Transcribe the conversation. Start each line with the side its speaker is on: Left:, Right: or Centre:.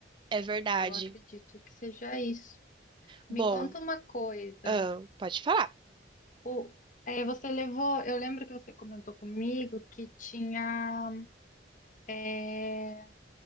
Right: É verdade.
Left: Eu acredito que seja isso.
Right: Bom,
Left: Me conta uma coisa.
Right: ahn, pode falar.
Left: O, é, você levou, eu lembro que você comentou comigo que tinha, é,